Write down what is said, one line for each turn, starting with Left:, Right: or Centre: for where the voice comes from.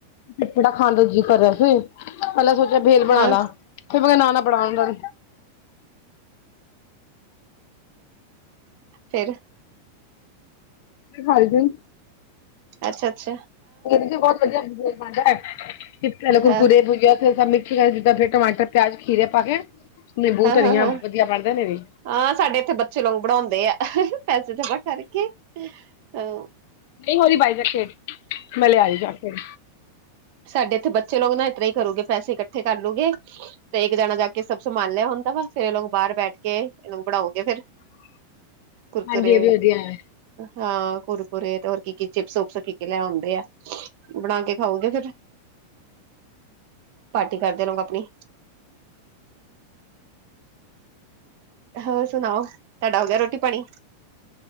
Left: ਤੇ ਵੜਾ, ਖਾਣ ਦਾ ਜੀ ਕਰਦਾ ਫਿਰ ਪਹਿਲਾਂ ਸੋਚਿਆ ਭੇਲ ਬਣਾ
Right: ਹਾਂ
Left: ਲਾਂ, ਫਿਰ ਮੈਂ ਕਿਹਾ ਨਾ ਨਾ, ਬਣਾਣ ਦਾ
Right: ਫੇਰ,
Left: ਦਿਖਾਈ ਦੇ,
Right: ਅੱਛਾ-ਅੱਛਾ,
Left: ਕਹਿੰਦੀ ਸੀ, ਬਹੁਤ ਵਧੀਆ ਭੇਲ ਬਣਦਾ ਐ, ਕੁਰਕੁਰੇ
Right: ਹਾਂ
Left: ਭੁਜੀਆਂ ਫਿਰ ਸਭ ਮਿਕਸ ਕਰ, ਫਿਰ ਟਮਾਟਰ ਪਿਆਜ, ਖੀਰੇ ਪਾ ਕੇ, ਨਿੰਬੂ ਧਨੀਆ,
Right: ਹਾਂ ਹਾਂ
Left: ਵਧੀਆ ਬਣਦੇ ਨੇ ਵੀ
Right: ਹਾਂ, ਸਾਡੇ ਇੱਥੇ ਬੱਚੇ ਲੋਕ ਬਣਾਦੇ ਆ, ਪੈਸੇ ਜਮਾ ਕਰਕੇ ਹਾਂ।
Left: ਨਹੀਂ ਹੋ ਰਹੀ, ਬਾਰਿਸ਼ ਐਥੇ, ਮੈਂ ਲਿਆਈ ਜਾ ਫਿਰ
Right: ਸਾਡੇ ਇੱਥੇ ਬੱਚੇ ਲੋਕ ਨਾ ਇਤਰ ਹੀ ਕਰੂਗੇ, ਪੈਸੇ ਇਕੱਠੇ ਕਰ ਲੂਗੇ। ਤੇ ਇੱਕ ਜਾਣਾ ਜਾ ਕੇ ਸਭ ਸੰਭਾਲ ਲਿਆ ਹੁੰਦਾ ਵਾ, ਫਿਰ ਇਹ ਬਾਹਰ ਬੈਠ ਕੇ ਇਹ ਬਣਾਓਗੇ, ਫੇਰ
Left: <unintelligible>
Right: ਕੁੁਰ ਕਰੇ
Left: ਇਹ ਵੀ ਵਧੀਆ ਹੈ।
Right: ਹਾਂ ਕੁਰਕਰੇ ਤੇ ਹੋਰ ਕੀ ਕੀ ਚਿਪਸ ਚੁਪਸ ਕੀ ਕੀ ਲੈ ਆਦੇ ਆ। ਬਣਾ ਕੇ ਖਾਓਗੇ ਫੇਰ, ਪਾਰਟੀ ਕਰਦੇ ਰੋ, ਆਪਣੀ ਹੋਰ ਸੁਣਾਓ, ਤੁਹਾਡਾ ਹੋ ਗਿਆ ਰੋਟੀ ਪਾਣੀ?